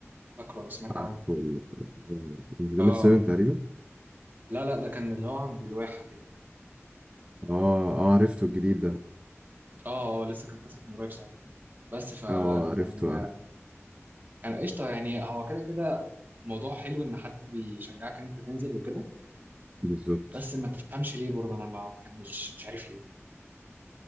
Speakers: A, on the right; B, on the right.
A: فاكره او سمعت
B: عارفه
A: عنه
B: ال- مش ده
A: اه
B: اللي في 7 تقريبا؟
A: لا لا ده كان اللي هو عند الواحه كده
B: اه اه عرفته الجديد ده
A: اه اه لسه كان فاتح من قريب ساعتها بس فكان
B: اه آه، عرفته اه
A: كان قشطه يعني هو كده كده موضوع حلو ان حد بيشجعك ان انت تنزل وكده
B: بالظبط
A: بس ما تفهمش ليه برضه انا ما بكملش مش عارف ليه